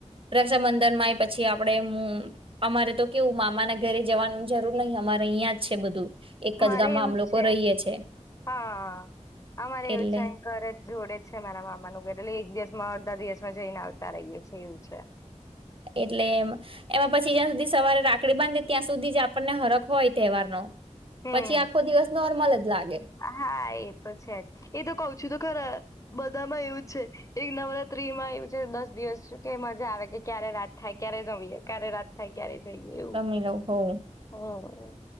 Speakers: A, on the right; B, on the left.
A: રક્ષાબંધન માંય પછી આપડે હમ્મ અમારે તો કેવું મામાના ઘરે જવાનું જરૂર નહી અમારે અહીંયાજ છે બધું. એક
B: મારે
A: ગામમાં
B: એવું
A: આમ
B: જ
A: લોકો
B: છે.
A: રહીએ છે
B: હા અમારે એવું
A: એટલે
B: છે અ ઘર જ જોડે છે મારા મામાનું ઘર એટલે એક દિવસમાં.. એકજ દિવસમાં જઈને આવતા રહીએ છીએ એવું છે.
A: એટલે એમ એમાં પછી જ્યાં સુધી સવારે રાખડી બાંધે ત્યાં સુધી જ આપણને હરખ હોય તહેવારનો
B: હમ
A: પછી આખો દિવસ નોર્મલ જ લાગ.
B: હા એ તો છે જ એ તો કઉ છું તો ખર.. બધામાં એવું છે એક નવરાત્રીમાં એવું છે દસ દિવસ કે મજા આવે કે ક્યારે રાત થાય ક્યારે રમીયે ક્યારે રાત થાય ક્યારે.. જઈએ એવું
A: રમી લઉં હોયે
B: હમ